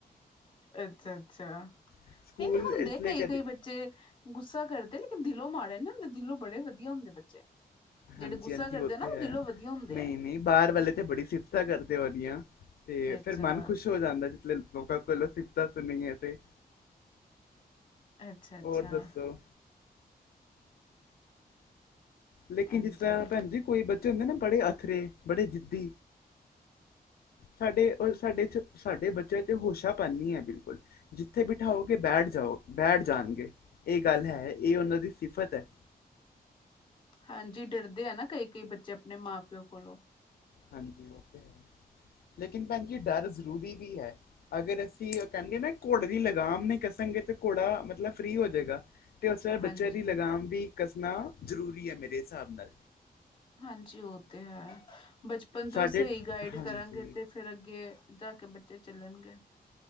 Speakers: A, on the left; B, on the left.
A: ਅੱਛਾ ਅੱਛਾ,
B: ਤੇ ਸਕੂਲ
A: ਨਹੀਂ ਨਹੀਂ ਹੁੰਦੇ
B: ਇਸ ਲਈ
A: ਕਈ
B: ਕਦੇ
A: ਕਈ ਬੱਚੇ। ਗੁੱਸਾ ਕਰਦੇ, ਲੇਕਿਨ ਦਿਲੋਂ ਮਾੜੇ ਨਾ ਹੁੰਦੇ, ਦਿਲੋਂ ਬੜੇ ਵਧੀਆ ਹੁੰਦੇ ਬੱਚੇ। ਜਿਹੜੇ
B: ਹਾਂਜੀ
A: ਗੁੱਸਾ
B: ਹਾਂਜੀ
A: ਕਰਦੇ
B: ਹੋਤੇ
A: ਨਾ,
B: ਹੈ
A: ਉਹ ਦਿਲੋਂ ਵਧੀਆ। ਹੁੰਦੇ
B: ਨਹੀਂ
A: ਆ
B: ਨਹੀਂ, ਬਾਹਰ ਵਾਲੇ ਤੇ ਬੜੀ ਸਿਫਤਾਂ ਕਰਦੇ ਉਹਦੀਆਂ। ਤੇ
A: ਅੱਛਾ
B: ਫੇਰ ਮਨ ਖੁਸ਼ ਹੋ ਜਾਂਦਾ, ਜਿਸ ਲੇ ਲੋਕਾਂ ਕੋਲੋਂ ਸਿਫਤਾਂ ਸੁਣੀਏ ਤੇ।
A: ਅੱਛਾ ਅੱਛਾ
B: ਔਰ ਦੱਸੋ। ਲੇਕਿਨ
A: ਹਾਂਜੀ
B: ਜਿਸ ਤਰ੍ਹਾਂ ਭੈਣ ਜੀ, ਕੋਈ ਬੱਚੇ ਹੁੰਦੇ ਨਾ ਬੜੇ ਅਥਰੇ ਬੜੇ ਜਿੱਦੀ। ਸਾਡੇ ਅ, ਸਾਡੇ 'ਚ ਸਾਡੇ ਬੱਚਿਆਂ ਤੇ ਹੋਸ਼ਾ ਪਨ ਨੀ ਐ ਬਿਲਕੁਲ। ਜਿੱਥੇ ਬਿਠਾਓਗੇ ਬੈਠ ਜਾਓ, ਬੈਠ ਜਾਨਗੇ, ਐ ਗੱਲ ਐ, ਐ ਉਹਨਾਂ ਦੀ ਸਿਫਤ ਹੈ।
A: ਹਾਂਜੀ ਡਰਦੇ ਐ ਨਾ ਕਈ-ਕਈ ਬੱਚੇ ਆਪਨੇ ਮਾਂ-ਪਿਓ ਕੋਲੋਂ।
B: ਹਾਂਜੀ ਓ ਤੇ ਹੈ, ਲੇਕਿਨ ਭੈਣ ਜੀ ਡਰ ਜ਼ਰੂਰੀ ਵੀ ਹੈ। ਅਗਰ ਅਸੀਂ ਉਹ ਕਹਿੰਦੇ ਨਾ, ਘੋੜੇ ਦੀ ਲਗਾਮ ਨਈ ਕਸਾਂਗੇ ਤਾਂ ਘੋੜਾ ਮਤਲਬ ਫ੍ਰਰੀ ਹੋ ਜੇਗਾ। ਤੇ ਉਸ ਵੇਲੇ
A: ਹਾਂਜੀ
B: ਬੱਚਿਆਂ ਦੀ ਲਗਾਮ ਵੀ ਕੱਸਣਾ ਜ਼ਰੂਰੀ ਐ ਮੇਰੇ ਹਿਸਾਬ ਨਾਲ।
A: ਹਾਂਜੀ ਓ ਤੇ ਹੈ, ਬਚਪਨ ਤੋਂ
B: ਸਾਡੇ
A: ਹੀ ਸਹੀ ਗਾਈਡ
B: ਹਾਂਜੀ
A: ਕਰਾਂਗੇ ਤੇ ਫੇਰ ਅੱਗੇ ਜਾ ਕੇ ਬੱਚੇ ਚੱਲਨਗੇ।